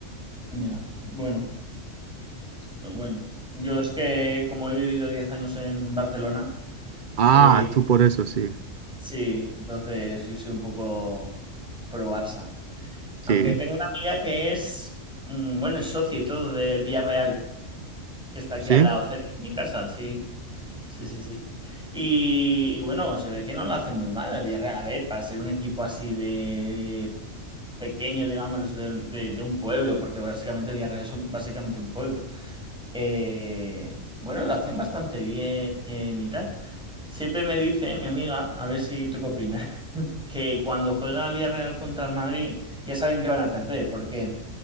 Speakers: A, in the centre; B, on the right (about 50°).
A: ya. Bueno, bueno. Yo es que como he vivido 10 años en Barcelona,
B: Ah,
A: eh,
B: tú por eso, sí.
A: sí, entonces yo soy un poco pro Barça.
B: Sí.
A: Aunque tengo una amiga que es, mm, bueno, es socia y todo del Villarreal. que está aquí
B: ¿Sí?
A: al lado, cerca de mi casa, sí. Sí, sí, sí. Y, y bueno, se ve que no lo hace muy mal el Villarreal. A ver, para ser un equipo así de pequeño, digamos, de, de- de un pueblo, porque básicamente Villarreal es un- básicamente un pueblo. Eh, bueno, lo hacen bastante bien y tal. Siempre me dice mi amiga, a ver si tú qué opinas, <laughs> que cuando juega el Villarreal contra el Madrid, ya saben que van a perder, porque